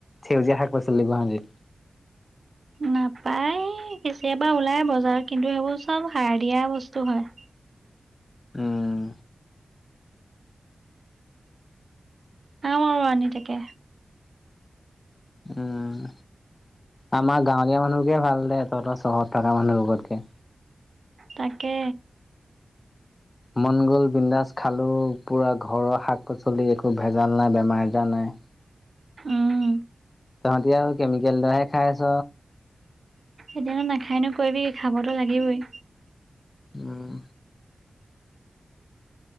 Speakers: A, on the left; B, on the right.
A: সেউজীয়া শাক-পাচলি গুৱাহাটীত?
B: নাপায়। কেতিয়াবা ওলাই বজাৰত কিন্তু সেইবোৰ চব সাৰ দিয়া বস্তু হয়।
A: উম।
B: অ আনি তাকে।
A: উম আমাৰ গাঁৱলীয়া মানুহকে ভাল দে, তহঁতৰ চহৰত থকা মানুহ বোৰতকে।
B: তাকে।
A: মন গ'ল বিন্দাজ খালোঁ, পূৰা ঘৰৰ শাক- পাচলি একো ভেজাল নাই, বেমাৰ- আজাৰ নাই।
B: উম,
A: তহঁতি আও কেমিকেলদিয়াহে খাই আছ।
B: এতিয়ানো নাখায়নো কৰিবি কি খাবতো লাগিবই।
A: উম।